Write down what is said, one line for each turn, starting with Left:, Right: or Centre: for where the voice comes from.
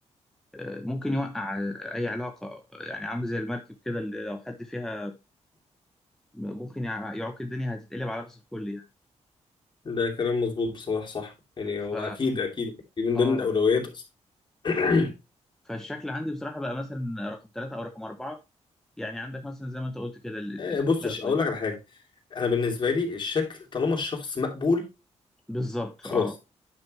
Centre: ممكن يوقع اي علاقه يعني عامل زي المركب كده اللي لو حد فيها ممكن يع- يعوق الدنيا هتتقلب على راس الكل يعني
Left: ده كلام مظبوط بصراحه صح يعني
Centre: ف
Left: هو اكيد اكيد من
Centre: اه
Left: ضمن الاولويات اصلا <clears throat>
Centre: فالشكل عندي بصراحه بقى مثلا رقم ثلاثة او رقم اربعة يعني عندك مثلا زي ما انت قلت كده ال- ال-
Left: آه،
Centre: الاخلاق
Left: بص مش اقول
Centre: وال...
Left: لك على حاجه انا بالنسبه لي الشكل طالما الشخص مقبول
Centre: بالظبط
Left: خلاص
Centre: اه